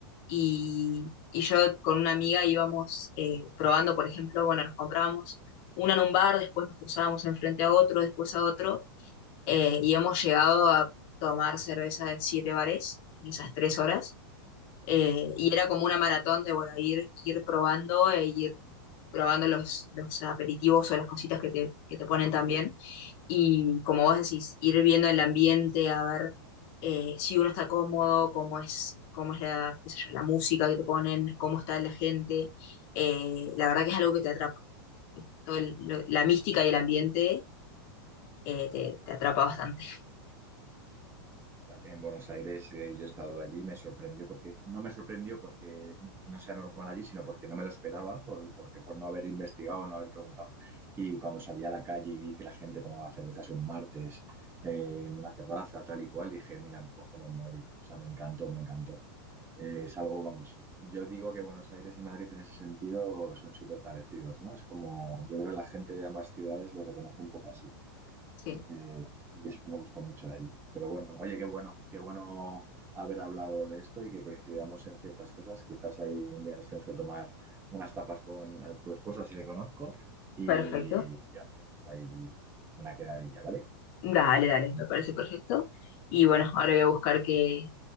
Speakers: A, on the left; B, on the right.
A: Y, y yo con una amiga íbamos eh, probando, por ejemplo, bueno, nos comprábamos una en un bar, después nos cruzábamos enfrente a otro, después a otro, eh, y hemos llegado a tomar cerveza de 7 bares en esas 3 horas. Eh, y era como una maratón de, bueno, ir, ir probando e ir probando los, los aperitivos o las cositas que te, que te ponen también. Y como vos decís, ir viendo el ambiente, a ver eh, si uno está cómodo, cómo es, cómo es la, qué sé yo, la música que te ponen, cómo está la gente. Eh, la verdad que es algo que te atrapa. Todo el- lo- la mística y el ambiente eh, te, te atrapa bastante.
B: En Buenos Aires eh, yo he estado allí, me sorprendió porque, no me sorprendió porque no sea normal allí, sino porque no me lo esperaba, por, porque por no haber investigado, no haber preguntado. Y cuando salí a la calle y vi que la gente tomaba cervezas un martes eh, en una terraza, tal y cual, dije, mira, pues como en Madrid. O sea, me encantó, me encantó. Eh, es algo, vamos, yo digo que Buenos Aires y Madrid en ese sentido son súper parecidos, ¿no? Es como, yo creo que la gente de ambas ciudades lo reconoce un poco así.
A: Sí,
B: Eh, y eso me gustó mucho de allí. Pero bueno, oye, qué bueno, qué bueno haber hablado de esto y que coincidamos en ciertas cosas. Quizás ahí un día nos tenemos que tomar unas tapas con eh, tu esposa, si le conozco, y
A: perfecto.
B: ya tenemos ahí una quedadilla, ¿vale?
A: Dale, dale, me parece perfecto. Y bueno, ahora voy a buscar que